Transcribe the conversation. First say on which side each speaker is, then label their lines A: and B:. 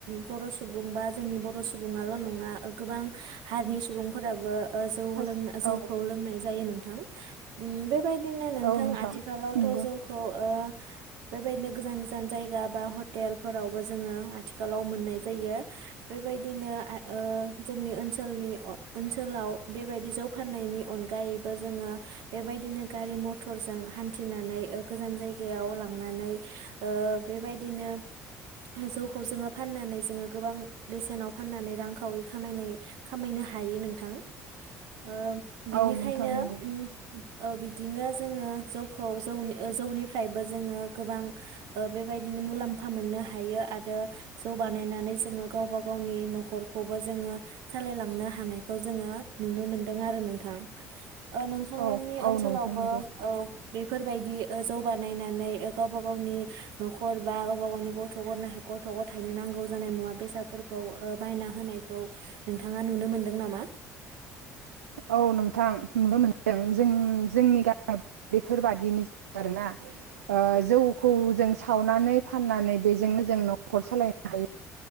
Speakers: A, on the right; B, on the right.
A: बर' सुबुं बा जोंनि बर' सुबुङाल' नङा गोबां हारिनि सुबुंफोराबो ओ जौ
B: हास
A: लों जौखौ
B: औ
A: लोंनाय जायो नोंथां। उम बेबाय दि नोंथां
B: औ
A: आथिखालावथ'
B: नंगौ
A: जौखौ ओ बेबायदिनो गोजान गोजान जायगा बा हटेलफोरावबो जोङो आथिखालाव मोननाय जायो। बे बेबायदिनो आ ओ जोंनि ओनसोलनि ओनसोलाव बेबायदि जौ फाननायनि अनगायैबो जोङो बेबायदिनो गारि मथरजों हान्थिनानै ओ गोजान जाय गायाव लांनानै ओ बेबायदिनो जौखौ जोङो फाननानै जोङो गोबां बेसेनाव फाननानै रांखावरि खामायनाय खामायनो हायो नोंथां ।ओ बिनिखायनो
B: औ नोंथां नंगौ
A: उम ओ बिदिनो जोङो जौखौ जौनि जौनिफ्रायबो जोङो गोबां ओ बेबायदिनो मुलाम्फा मोननो हायो आरो जौ बानायनानै जोङो गावबा गावनि न'खरखौबो जोङो सालायलांनो हानायखौ जोङो नुनो मोनदों आरो नोंथां । ओ नोंथांमोननि
B: औ औ
A: ओनसोलावबो
B: नोंथां नंगौ
A: औ बेफोरबायदि ओ जौ बानायना नै ओ गावबा गावनि न'खर बा गावबा गावनि गथ' गनाय गथ' ग थायनो नांगौ जानाय मुवा बे सातफोरखौ ओ बायना होनायखौ नोंथाङा नुनो मोनदों नामा?
B: औ नोंथां नुनो मोनदों जों जोंनि गामि बेफोरबादिनो आरोना । ओ जौखौ जों सावनानै फाननानै बेजोंनो जों न'खर सालायनो हायो